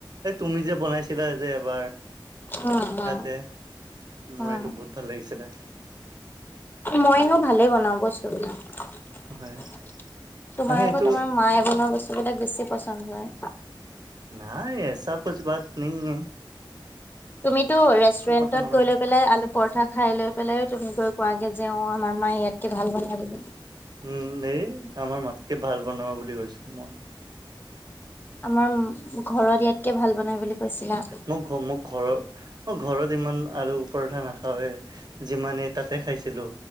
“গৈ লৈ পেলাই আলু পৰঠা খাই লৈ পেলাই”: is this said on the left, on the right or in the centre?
Left